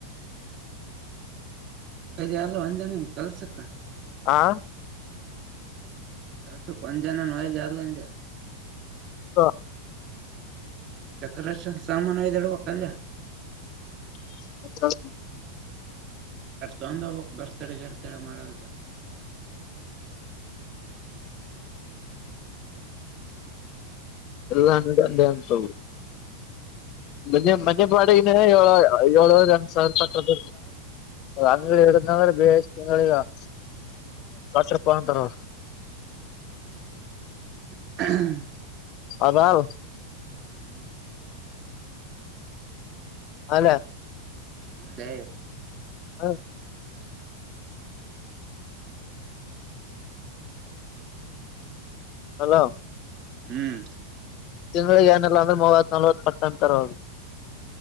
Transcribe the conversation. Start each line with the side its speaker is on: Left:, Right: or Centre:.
Right: ದ ಅಲ್ಲ ಒಂದ್ನ ನಿಮ ಕೆಲ್ಸಕ್
Left: ಆಾ
Right: ಕೆಲಸು ಕೊಂಚ ಜನ ನೋಯ್ದ ಇಲ್ಲಜ
Left: ಹಾ
Right: ಡೆಕೋರೇಷನ್ ಸಾಮಾನು ಇದಯ್ದ ಇಡಬೇಕ ಕಲ್ಯ
Left: ಹ
Right: ತೊಂದ ಹೋಗಕ್ ಬರ್ತಾಡೆ ಗರ್ತಡೆ ಮಾಡದರು
Left: ಎಲ್ಲಂದ ಅ್ಯಾನ್ಸುದು ಮನೆ ಮನೆ ಬಾಡಗಿನ ಏ ಏಳವರ್ ಎಂಟು ಸಾವಿರಪದ ಅಂಗ ಎರ್ರ ಬಷ್ಟಗ ಕಪ್ಪ ಅಂತಾರ
Right: ಹ್ಮ
Left: ಅದಾವ
Right: ಹ್ಮ್
Left: ಅಲ್ಲ
Right: ಹಾದ
Left: ಹೌದು ಹಲೋ
Right: ಹ್ಮ್
Left: ತಿಂಳಿಗೆ ಏನಲ್ಲ ಅಂದ್ರ ಮೂವತ್ಲ್ವತ್ತು ಪಟ್ಟ ಅಂತರೋಗಿ